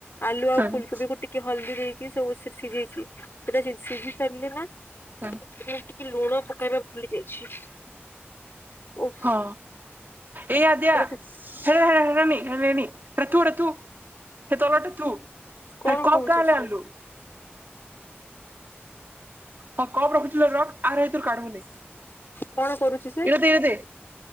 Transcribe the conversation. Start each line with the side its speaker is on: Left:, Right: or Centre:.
Left: ଆଲୁ ଆଉ
Right: ହୁଁ
Left: ଫୁଲକୋବିକୁ ଟିକେ ଟିକେ ହଳଦୀ ଦେଇକି ସବୁସେ ସିଝେଇଛି ସେଟା ସି ସିଝି ସାରିଲି ନା!
Right: ହୁଁ
Left: କେବଳ ଟିକେ ଲୁଣ ପକେଇବା ଭୁଲି ଯାଇଛି। ଓଃ
Right: ହଁ ଏ ଆଦ୍ୟା
Left: ସେଟା
Right: ହେରା ହେରା ହେରାନି ହେରା ନେନି ହେଟା ଥୁ ହେଠେ ଥୁ ହେ ତଲଟା ଥୁ
Left: କଣ
Right: ଆଏ କପ୍
Left: କହୁଛି
Right: କାଁହାଲେ
Left: ସେ
Right: ଆଣିଲୁ? ହଁ କପ୍ ରଖିଥିଲେ ରଖ୍ ଆରେ ହେତୁରୁ କଢ଼ିବୁ ନେ
Left: କଣ କରୁଛି ସେ?
Right: ଏରା ଦେ ଏରା ଦେ